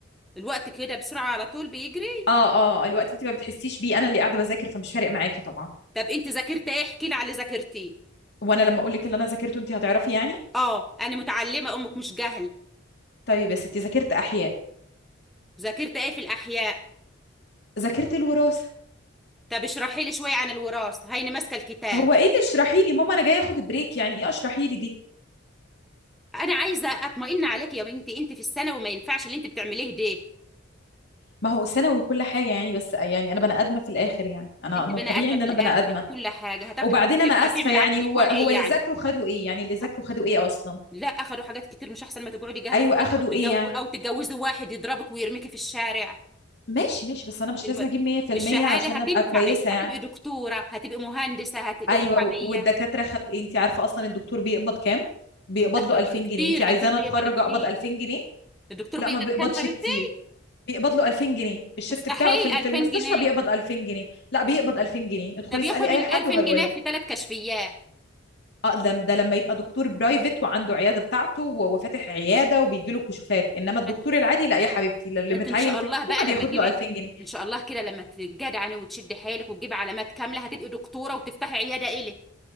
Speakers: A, in the centre; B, on the left.
A: الوقت كده بسرعة على طول بيجري
B: اه اه آه، الوقت انت ما بتحسيش بيه انا اللي قاعده بذاكر فمش فارق معاكي طبعا
A: طب انت ذاكرت ايه احكي لي على اللي ذاكرتيه
B: وانا لما اقول لك اللي انا ذاكرته انت هتعرفي يعني
A: اه انا متعلمة امك مش جهل
B: طيب يا ستي ذاكرت احياء
A: ذاكرت ايه في الاحياء
B: ذاكرت الوراثه
A: طب اشرحي لي شوية عن الوراثة هيني ماسكة الكتاب
B: هو ايه اللي اشرحي لي ماما انا جايه اخد بريك يعني ايه اشرحي لي دي
A: انا عايزة اطمئن عليك يا بنتي انت في السنة وما ينفعش اللي انت بتعمليه ده
B: ما هو ثانوي كل حاجه يعني بس يعني انا بني ادمه في الاخر يعني انا
A: انت
B: انا
A: بني
B: طبيعي
A: ادمة
B: ان
A: في
B: انا
A: الاخر
B: بني ادمه
A: وكل حاجة هتاخدي
B: وبعدين
A: بنت-
B: انا اسفه
A: هتعمل
B: يعني
A: على التليفون
B: هو هو
A: ايه
B: اللي
A: يعني
B: ذاكروا خدوا ايه يعني اللي ذاكروا
A: ه-
B: خدوا ايه اصلا
A: لا اخدوا حاجات كتير مش احسن ما تقعدي جاهلة
B: ايوه
A: في البيت
B: اخدوا
A: او تجو
B: ايه يعني
A: او تتجوزي واحد يضربك ويرميكي في الشارع
B: ماشي ماشي بس انا مش
A: الم...
B: لازم اجيب 100%
A: الشهادة
B: عشان
A: هتنفعك
B: ابقى كويسه يعني
A: هتبقي دكتورة هتبقي مهندسة هتبقي
B: ايوه
A: محامية
B: والدكاتره خدوا ايه انت عارفه اصلا الدكتور بيقبض كام بيقبض
A: لا بيقبض
B: له 2000
A: كتير
B: جنيه انت عايزاني
A: أكيد بيقبض
B: اتخرج
A: كتير
B: اقبض 2000 جنيه
A: الدكتور
B: لا
A: بيقبض
B: ما بيقبضش
A: كام حبيبتي؟
B: كتير بيقبض له 2000 جنيه الشفت
A: مستحيل
B: بتاعه في
A: 2000
B: في المستشفى
A: جنيه
B: بيقبض 2000 جنيه لا بيقبض 2000 جنيه ادخلي
A: طب
B: اسالي
A: ياخد
B: اي
A: ال
B: حد
A: 2000
B: وهيقول
A: جنيه
B: لك
A: في ثلاث كشفيات
B: اه ده ده لما يبقى دكتور برايفت وعنده عياده بتاعته و- وفاتح عياده وبيجي له كشوفات انما الدكتور
A: ما انت
B: العادي لا يا حبيبتي اللي
A: ما
B: متعين
A: انت إن شاء
B: في
A: الله
B: الحكومه
A: بقى
B: بياخد
A: لما تجيبي
B: له 2000 جنيه
A: إن شاء الله كده لما تتجدعني وتشدي حيلك وتجيبي علامات كاملة هتبقي دكتورة وتفتحي عيادة إلك